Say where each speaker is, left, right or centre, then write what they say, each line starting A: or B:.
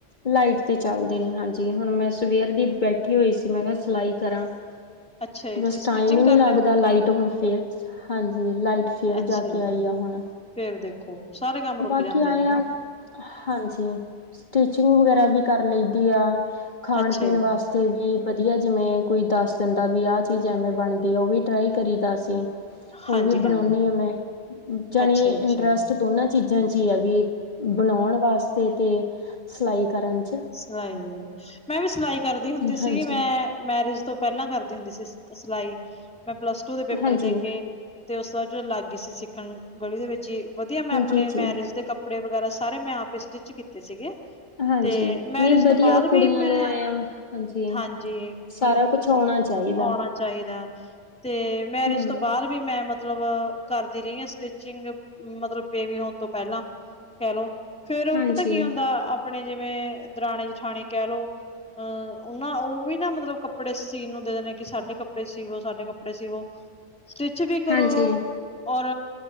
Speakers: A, on the left (about 40°); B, in the centre.
A: ਲਾਈਟ ਤੇ ਚੱਲਦੇ ਨੇ, ਹਾਂਜੀ। ਹੁਣ ਮੈਂ ਸਵੇਰ ਦੀ ਬੈਠੀ ਹੋਈ ਸੀ। ਮੈਂ ਕਿਹਾ ਸਿਲਾਈ ਕਰਾਂ
B: ਅੱਛਾ ਜੀ,
A: ਤੇ ਬਸ
B: ਤੁਸੀਂ ਸਟਿਚਿੰਗ
A: ਟਾਈਮ ਈ ਨੀ
B: ਕਰਦੇ
A: ਲੱਗਦਾ।
B: ਹੋ?
A: ਲਾਈਟ ਹੁਣ ਫੇਰ ਹਾਂਜੀ, ਲਾਈਟ ਫੇਰ
B: ਅੱਛਾ
A: ਜਾ ਕੇ
B: ਜੀ,
A: ਆਈ ਆ ਹੁਣ।
B: ਫੇਰ ਦੇਖੋ, ਸਾਰੇ ਕੰਮ ਰੁਕ
A: ਬਾਕੀ
B: ਜਾਂਦੇ
A: ਆਏ
B: ਨੇ ਗੇ।
A: ਆ ਹਾਂਜੀ। ਸਟਿਚਿੰਗ ਵਗੈਰਾ ਵੀ ਕਰ ਲ‌ਈ ਦੀ ਆ। ਖਾਣ-ਪੀਣ
B: ਅੱਛਾ ਜੀ,
A: ਵਾਸ ਤੇ ਵੀ ਵਧੀਆ। ਜਿਵੇਂ ਕੋਈ ਦੱਸ ਦਿੰਦਾ ਵੀ ਆਹ ਚੀਜ਼ ਐਵੇਂ ਬਣਦੀ ਆ। ਉਹ ਵੀ ਟਰਾਈ ਕਰੀ ਦਾ ਅਸੀਂ ਉਹ
B: ਹਾਂਜੀ-ਹਾਂਜੀ,
A: ਵੀ ਬਣਾਉਨੀ ਆ ਮੈਂ। ਜਾਣੀਂ
B: ਅੱਛਾ-ਅੱਛਾ।
A: ਇੰਟਰਸਟ ਦੋਨਾਂ ਚੀਜ਼ਾਂ 'ਚ ਈ ਆ। ਵੀ ਬਣਾਉਣ ਵਾਸਤੇ ਤੇ ਸਿਲਾਈ ਕਰਨ 'ਚ।
B: ਸਿਲਾਈ ਵੀ, ਮੈਂ ਵੀ ਸਿਲਾਈ ਕਰਦੀ ਹੁੰਦੀ ਸੀਗੀ।
A: ਹਾਂਜੀ
B: ਮੈਂ ਮੈਰਿਜ ਤੋਂ ਪਹਿਲਾਂ ਕਰਦੀ ਹੁੰਦੀ ਸੀ, ਸ-ਸਿਲਾਈ। ਮੈਂ ਪਲੱਸ-ਟੂ ਦੇ ਪੇਪਰ
A: ਹਾਂਜੀ
B: ਦੇ ਕੇ ਤੇ ਉਸ ਤੋਂ ਬਾਅਦ ਜ ਲਾਗੀ ਸੀ ਸਿੱਖਣ। ਗਲੀ ਦੇ ਵਿੱਚ ਈ, ਵਧੀਆ ਮੈਂ ਆਪਣੇ
A: ਜੀ ਜੀ
B: ਮੈਰੇਜ ਦੇ ਕਪ ਕੱਪੜੇ ਵਗੈਰਾ, ਸਾਰੇ ਮੈਂ ਆਪ ਈ ਸਟਿਚ ਕੀਤੇ ਸੀਗੇ।
A: ਹਾਂਜੀ
B: ਤੇ
A: ਨਹੀਂ
B: ਮੈਰਿਜ
A: ਵਧੀਆ
B: ਤੋਂ ਬਾਅਦ
A: ਕੁੜੀਆਂ
B: ਵੀ ਮੈਂ,
A: ਨੂੰ ਆਏ ਆ ਹਾਂਜੀ
B: ਹਾਂਜੀ।
A: ਸਾਰਾ ਕੁਛ ਆਉਣਾ ਚਾਹੀਦਾ
B: ਆਉਣਾ ਚਾਹੀਦਾ ਤੇ ਮੈਰਿਜ਼
A: ਹਮ
B: ਤੋਂ ਬਾਅਦ ਵੀ ਮੈਂ ਮਤਲਬ ਕਰਦੀ ਰਹੀ ਆ ਸਟਿਚਿੰਗ। ਮਤਲਬ ਬੇਬੀ ਹੋਣ ਤੋਂ ਪਹਿਲਾਂ ਕਹਿ ਲੋ। ਫੇਰ ਉਹ
A: ਹਾਂਜੀ
B: ਪਤਾ ਕੀ ਹੁੰਦਾ, ਆਪਣੇ ਜਿਵੇਂ ਦਰਾਣੇ-ਜਠਾਣੇ ਕਹਿ ਲੋ ਅਹ ਉਹ ਨਾ, ਉਹ ਵੀ ਨਾ, ਮਤਲਬ ਕੱਪੜੇ ਸੀਣ ਨੂੰ ਦੇ ਦੇਣੇ ਕਿ ਸਾਡੇ ਕੱਪੜੇ ਕੱਪੜੇ ਸੀਵੋ, ਸਾਡੇ ਕੱਪੜੇ ਸੀਵੋ। ਸਟਿਚ ਵੀ ਕਰੋ
A: ਹਾਂਜੀ
B: ਔਰ